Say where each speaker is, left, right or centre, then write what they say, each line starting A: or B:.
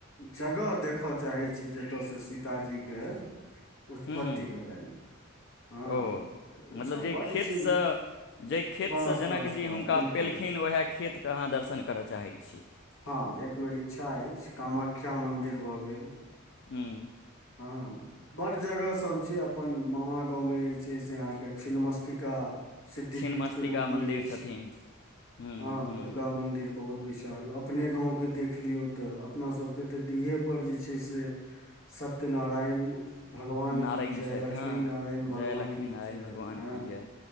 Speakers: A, on the left; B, on the left.
A: जगह देखऽ चाहै छी जतय से सीताजी के उत्पत्ति
B: हूँ हूँ
A: भेलनि हँ
B: ओ
A: तऽ ओसभ
B: मतलब जै
A: बड्ड
B: खेतसँ
A: छै मिथ
B: जाहि खेतसँ
A: बस
B: जनकजी
A: बस बस
B: हुनका
A: बिलकुल
B: पयेलखिन उएह खेतकेँ अहाँ दर्शन करय चाहै छी
A: हँ एक बेर इच्छा अछि कामाख्या मन्दिर भऽ गेल
B: हूँ
A: हँ बड्ड जगह सभ छै अपन मामा गाँवमे जे छै से अहाँके छिन्नमस्तिका सिद्धिपीठ
B: छिन्न मस्तिका
A: के रूप
B: मन्दिर
A: मे अछि
B: छथिन हूँ
A: हँ
B: हूँ
A: दुर्गा मंदिर बहुत विशाल अपने गाँंव के देख लियौ तऽ अपना सबके तऽ डीहे पर जे छै से सत्त सत्य नारायण भगवान
B: नारायण
A: की जय
B: छथि
A: लक्ष्मी
B: हँ
A: नारायण भगवान
B: जय लक्ष्मी
A: की
B: नारायण
A: जय
B: भगवान
A: हँ
B: की जय